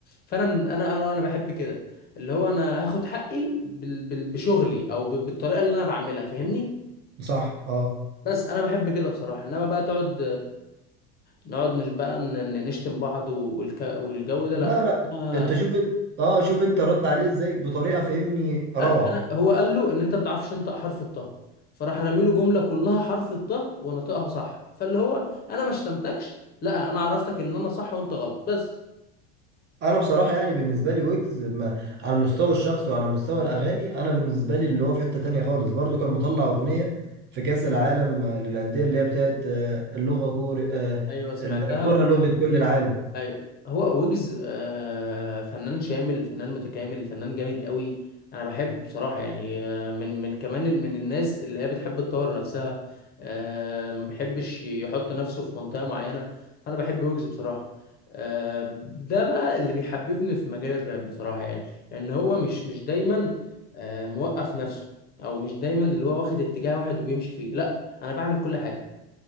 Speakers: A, on the left; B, on the right.
A: فانا من انا انا انا بحب كده اللي هو انا هاخد حقي بال- بال- بشغلي او ب- بالطريقه اللي انا بعملها فاهمني
B: صح اه
A: بس انا بحب كده بصراحه انما بقى تقعد نقعد نش- بقى ن- ن- نشتم بعض والك... والجو ده
B: لا
A: لا
B: لا
A: ما...
B: انت شوف اه شوف انت رد عليه ازاي بطريقة فهمني روعة
A: أ- انا هو قال له ان انت ما بتعرفش تنطق حرف الطه فراح رامي له جمله كلها حرف الطه ونطقها صح فاللي هو انا ما شتمتكش لا انا عرفتك ان انا صح وانت غلط بس
B: انا بصراحه يعني بالنسبه لي ويجز ما على المستوى الشخصي وعلى مستوى الاغاني انا بالنسبه لي اللي هو في حته تانية خالص برضو كان مطلع اغنيه في كاس العالم آه، للانديه اللي هي بتاعت آه، اللغه كوري آه،
A: ايوه سمعتها
B: ال- الكره لغه كل العالم
A: ايوه هو ويجز آه، فنان شامل فنان متكامل فنان جامد قوي انا بحب بصراحه يعني آه، من من كمان ال- من الناس اللي هي بتحب تطور نفسها آه، ما بحبش يحط نفسه في منطقه معينه فانا بحب ويجز بصراحه آه، ده بقى اللي بيحببني في مجال الراب بصراحه يعني ان هو مش مش دايما آه، موقف نفسه او مش دايما اللي هو واخد اتجاه واحد وبيمشي فيه لا انا بعمل كل حاجه